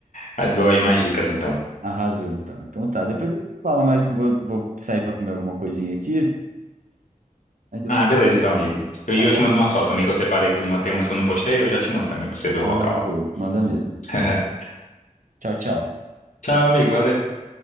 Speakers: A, on the left (about 65°); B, on the right (about 70°).
A: ah, Dou as mais dicas então.
B: Arrasou, então. Então tá. Depois eu te falo mais que eu vou, vou sair para comer alguma coisinha aqui. Aí depois,
A: Ah, beleza então, amigo. Eu-
B: tá
A: E eu,
B: bom?
A: te mando umas fotos também que eu separei, que eu tenho umas que eu não postei, eu já te mando também pra você ver
B: Arrasou.
A: o local lá.
B: Manda mesmo.
A: <laughs>
B: Tchau, tchau.
A: Tchau, amigo. Valeu.